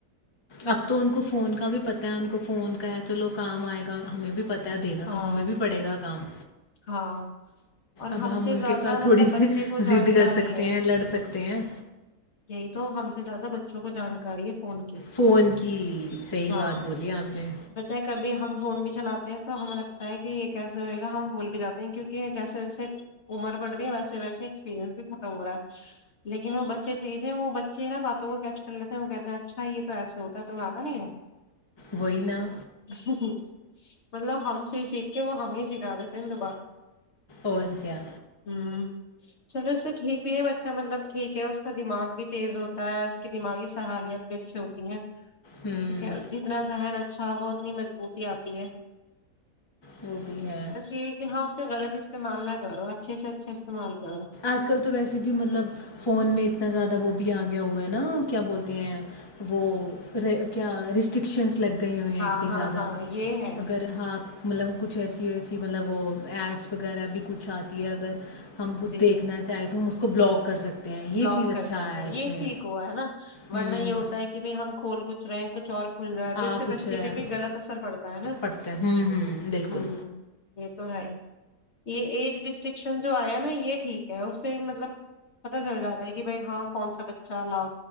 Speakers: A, on the left (about 20°); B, on the left (about 50°).
A: اب تو ان کو فون کا بھی پتا ہے ان کو فون کا ہے تو لوگ کام آئے گا ہمیں بھی پتا دینا
B: ہاں
A: تو ہمیں بھی پڑے گا کام
B: ہاں اور
A: اب
B: ہم سے
A: ان
B: زیادہ
A: کے ساتھ تھوڑی
B: مطلب بچے کو جانکاری
A: ضد کر سکتے
B: ہے
A: ہیں لڑ سکتے ہیں
B: یہی تو ہم سے زیادہ ب وں کو جانکاری ہے فون کی
A: فون کی صحیح
B: ہاں
A: بات بولی آپ نے
B: پت ہے کبھی ہم فون بھی چلاتے ہیں تو ہمیں لگتا ہے کہ یہ کیسے ہوئے گا ہم بھول ک جاتے ہیں کیونکہ جیسے جیسے عمر بڑ رہی ہے ویسے ویسے ایکسپیرنس بھی ختم ہو رہا ہے لیکن وہ بچے تیز ہے وہ بچے نا باتوں کو کیچ کر لیتے ہیں وہ کہتے ہیں اچھا یہ تو ایسے ہوتا ہے تمہیں آتا نہیں
A: وہی نا
B: جی ج مطلب ہم سے سیکھ کے وہ ہمیں سکھا دیتے سند با
A: اور کیا
B: ہوں چلو اس سے ٹھیک بھی ہے بچہ مطلب ٹھیک ہے اس کا دماغ بھی تیز ہوتا ہے اس کی دماغی صحالیت بھی اچھی ہوتی ہے ٹھیک
A: ہوں
B: ہے جتنا ذہن اچھا ہوگا اتنی مضبوط آتی ہے
A: وہ بھی ہے
B: بس یہی ہے کہ ہاں اس کا غلط استعمال نہ کرو اچھے سے اچھے استعمال کرو
A: آج کل تو ویسے بھی مطلب فون میں اتنا زیادہ وہ بھی آ گیا ہوا ہے نا کیا بولتے ہیں وہ کیا ریسٹرکشنس لگ گئی ہوئی ہیں
B: ہاں
A: اتنی
B: ہاں
A: زیادہ
B: ہاں یہ ہے
A: اگر ہاں مطلب کچھ ایسی ہو کہ مطلب وہ ایڈس وغیرہ بھی کچھ آتی ہے اگر ہم خ
B: جی
A: دیکھنا چاہے تو م بلاک کر سکتے ہیں یہ
B: بلاک
A: چیز
B: کر
A: اچھا
B: سکتے
A: ہے
B: ہیں یہ
A: اس میں
B: ٹھیک ہوا ہے نا ورنہ
A: ہوں
B: یہ ہوتا ہے کہ بھائی ہم کھول کچ رینٹ کچ اور کھل جائے تو اس
A: آ
B: سے
A: کچھ
B: بچے
A: رہا
B: پہ
A: ہے
B: بھی غلط اثر پڑتا ہے نا
A: پڑھتے ہیں ہوں ہوں بالکل
B: ہ یہ تو ہے یہ ایج ڈسٹکشن جو آیا نا یہ ٹھیک ہے اس پ مطلب پت چل جاتا ہے کہ بھائی ہاں کون سا بچہ اؤ